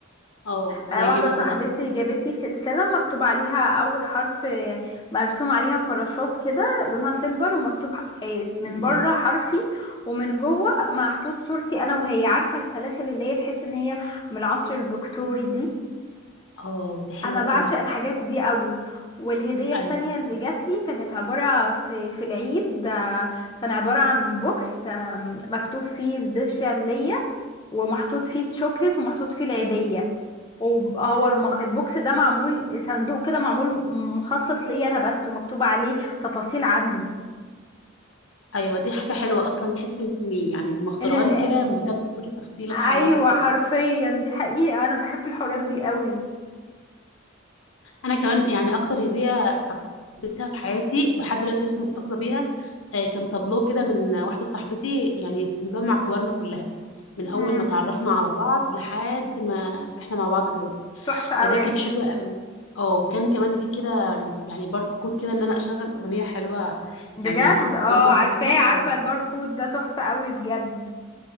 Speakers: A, on the left; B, on the left.
A: اه
B: آه
A: زي
B: واحدة
A: ايه مثلا
B: صاحبتي جابتلي سلسلة مكتوب عليها اول حرف آه، مرسوم عليها فراشات كده لونها سيلفر ومكتوب ح- آه، من
A: أمم،
B: بره حرفي ومن جوه محطوط صورتي انا وهي عارفة السلاسل اللي هي تحس ان هي من العصر الفيكتوري دي
A: اه دي حلوه
B: انا بعشق
A: قوي
B: الحاجات دي قوي والهدية
A: ايوه
B: التانية اللي جات لي كانت عبارة في في العيد آه، كان عبارة عن بوكس آم، مكتوب فيه سبيشال ليا ومحطوط فيه تشوكلت ومحطوط فيه العيدية وهو الم- البوكس ده معمول صندوق كده معمول مخصص ليا انا بس ومكتوب عليه تفاصيل عني
A: ايوه دي حاجه حلوه اصلا تحس ان يعني اللي مختارها
B: ان ال...
A: لك كده مهتم بكل تفصيله
B: ايوه
A: في حياتك
B: حرفيا دي حقيقة انا بحب الحوارات دي قوي
A: انا كمان يعني اكتر هديه حبيتها في حياتي ولحد دلوقتي لسه محتفظه بيها آه، كان تابلو كده من واحده صاحبتي يعني في مجمع صورنا كلها من اول
B: امم
A: ما تعرفنا على بعض لحد ما احنا مع بعض دلوقتي
B: تحفة
A: فده
B: قوي
A: كان حلو قوي اه وكان كمان في كده يعني باركود كده ان انا اشغل اغنيه حلوه
B: بجد
A: يعني اعمله
B: اه عارفاه
A: على الموبايل
B: عارفة
A: اه
B: الباركود ده تحفة قوي بجد